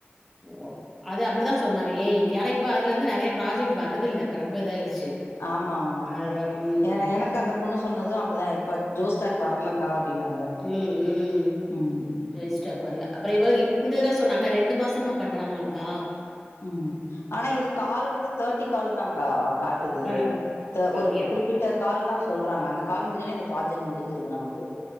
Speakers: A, in the centre; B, on the left (about 75°).
A: ஓ அது அப்படிதா சொன்னாங்க ஏ ஐ க்கு இப்ப அதுலருந்து நெறைய ப்ராஜெக்ட் வர்றதுல்ல இப்ப ரொம்ப இதாயிருச்சு
B: ஆமாம்மா
A: அது வரு ம்
B: ஏன்னா எனக்கு அந்த பொண்ணு சொன்னதும் அப்டிதான் இப்ப ஜோஸ்டாக் வரலக்கா
A: ம்
B: அப்டின்னாங்க
A: ம்
B: ம்
A: ஜோஸ்டாக் வர்ல அப்பறோ இவ இந்த இது சொன்னாக்கா ரெண்டு மாசமா பண்றாங்களாகா
B: ம் ஆனா இது கால் வந்து தெர்ட்டி கால் தான்க்கா காட்டுது
A: ஆ அப்டியா
B: ஒரு குறிப்பிட்ட கால் தான் சொல்றாங்க அந்த கால் முடிஞ்சோனே இந்த ப்ராஜெக்ட் முடிஞ்சிருது நமக்கு